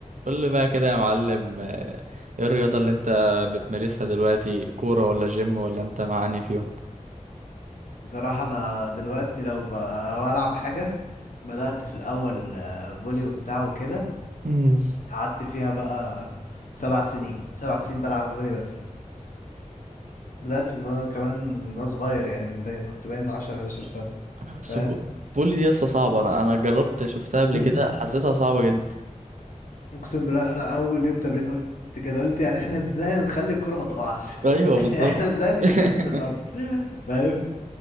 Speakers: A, on the right; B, on the left.
A: قول لي بقى كده يا معلم آه، ايه الرياضة اللي انت بتمارسها دلوقتي كورة ولا جيم ولا انت معاني فيهم
B: بصراحة أنا دلوقتي لو ب- لو ألعب حاجة بدأت في الأول آه، فولي وبتاع وكده
A: مم.
B: قعدت فيها بقى سبع سنين سبع سنين بلعب فولي بس بدأت من وأنا كمان من وأنا صغير يعني من بي... كنت باين عشر حداشر سنة
A: بس
B: فاهم
A: فو- فول دي لسه صعبة انا انا جربت شفتها قبل
B: <laughs>
A: كده حسيتها صعبة جدا
B: أقسم بالله أنا أول يوم تمرين قلت كده قلت يعني احنا ازاي هنخلي الكرة ما تقعش
A: ايوه
B: <laughs>
A: بالظبط
B: يعني احنا ازاي مش
A: <laughs>
B: هتلمس الأرض فاهم